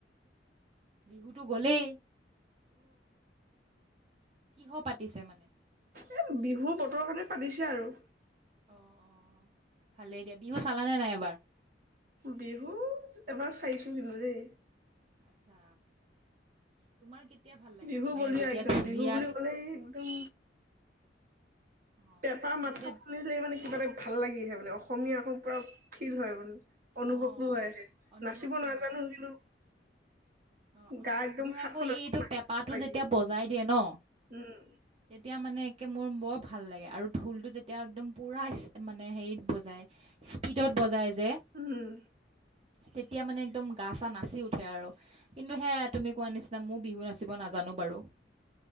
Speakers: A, on the right; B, on the right.
A: বিহুতো গলেই। কিহ পাতিছে মানে
B: এ বিহু বতৰ কাৰণে। পাতিছে আৰু।
A: অ অ ভালেই দিয়া বিহু চালানে নাই এবাৰ?
B: বিহু এবাৰ চাইছো কিন্তু দেই।
A: আছা তোমাৰ ভাল লাগে
B: বিহু
A: মানে
B: বিয়া
A: যেতিয়া
B: একদম
A: ঢুলীয়াত
B: বিহু বুলি ক'লেই একদম
A: অ
B: পেঁপা
A: এই
B: মাতটো
A: যেতিয়া
B: খুলিলেই মানে কিবা এটা ভাল লাগিহে মানে অসমীয়াকৌ পূৰা ফিল হয় মানে অনুভকো
A: অ অ
B: হৈ আহে।
A: অনুভৱটো
B: নাচিব নাজানো
A: হৈ আহে
B: কিন্তু
A: অ', অ',
B: গা একদম
A: মোৰ
B: সাতখন
A: আকৌ
B: আঠখন
A: এইটো
B: নাচিব
A: পেপাটো
B: লাগিলে
A: যেতিয়া বজাই দিয়ে ন
B: উম
A: তেতিয়া মানে তাকে মোৰ বৰ ভাল লাগে আৰু ঢোলটো যেতিয়া একদম পুৰা মানে হেৰিত বজাই স্পীডত বজাই যায় যে
B: উম
A: তেতিয়া মানে একদম গা চা নাচি উঠে আৰু কিন্তু সেয়া তুমি কোৱা নিচিনা মোৰ বিহু নচিব নাজানো বাৰু।